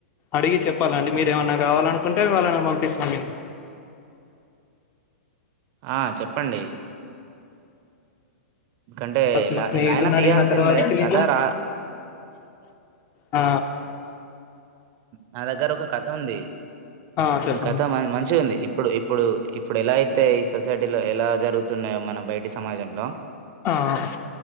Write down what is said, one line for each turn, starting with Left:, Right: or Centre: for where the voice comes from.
Left: అడిగి చెప్పాలండి, మీరేమన్నా కావాలనుకుంటే వాళ్ళను పంపిస్తా మేం.
Right: ఆ చెప్పండి కంటే
Left: మేము
Right: ఎలా
Left: మా స్నేహితుడిని
Right: ఎలా అయినా తీయాల్సిందే
Left: అడిగిన తర్వాతకి
Right: కథ రా
Left: ఆ
Right: నా దగ్గర ఒక కథ ఉంది
Left: ఆ చెప్పండి
Right: ఉ కథ మ మంచిగుంది ఇప్పుడు ఇప్పుడు ఇప్పుడు ఎలా తే ఈ సొసైటీలో ఎలా జరుగుతున్నయో మన బైటి సమాజంలో
Left: ఆహ్